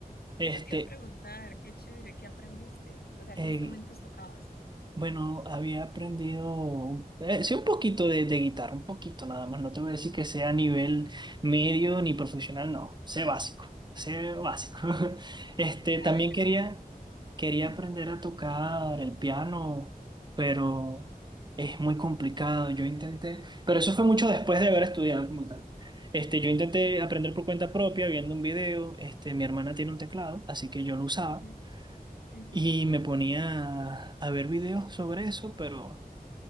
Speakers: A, on the right; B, on the left.
A: este...
B: Eso te iba a preguntar, qué chévere, ¿qué aprendiste? O sea,
A: Eh,
B: ¿qué instrumentos tocabas?
A: Bueno, había aprendido, eh, sí, un poquito de, de guitarra, un poquito nada más. No te voy a decir que sea a nivel medio ni profesional, no. Sé básico, sé básico. <laughs> Este, también
B: Ah, creo
A: quería,
B: que fue-
A: quería
B: ujú,
A: aprender a tocar el piano, pero es muy complicado. Yo intenté, pero eso fue mucho después de haber estudiado como tal. Este, yo intenté aprender por cuenta propia, viendo un video. Este, mi hermana tiene un teclado, así que yo lo usaba.
B: ujú, ujú.
A: Y me ponía a ver videos sobre eso, pero